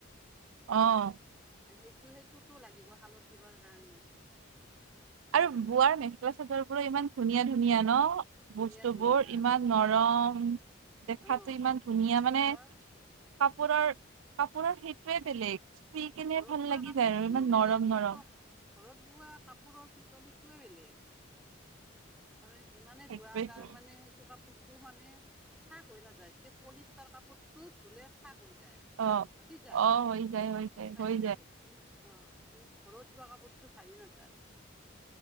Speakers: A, on the right; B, in the centre.
A: অ',
B: সেইটো- সেইটোতো লাগিব শালত দিবৰ কাৰণে।
A: আৰু বোৱাৰ মেখেলা চাদৰ বোৰো ইমান ধুনীয়া - ধুনীয়া ন।
B: ধুনীয়া
A: বস্তুবোৰ
B: ধুনীয়া
A: ইমান নৰম।
B: অঁ
A: দেখাতো
B: অঁ
A: ইমান ধুনীয়া মানে
B: বোৱা
A: কাপোৰৰ। - কাপোৰৰ সেইটোৱে বেলেগ। চুই কেনে
B: ঘৰত
A: ভাল
B: বোৱা
A: লাগি
B: কাপোৰতটোও
A: যায় আৰু ইমান
B: বেলেগ
A: নৰম
B: কি
A: নৰম
B: ঘৰত বোৱা কাপোৰত পিটলীটোৱে বেলেগ। তাৰমানে যিমানে
A: সেইটোৱে
B: ধোৱা তাৰমানে সেইটো কাপোৰ তো মানে ফাক হৈ নাযায় এতিয়া পলিষ্টাৰ কাপোৰটো ধুলে ফাক হৈ যায়।
A: অ
B: ফাটি যায়
A: অ হৈ যায় হৈ
B: ফাহি
A: হৈ
B: যায় কি অ, কিন্তু ঘৰত বোৱা কাপোৰটো ভালি নাযায়।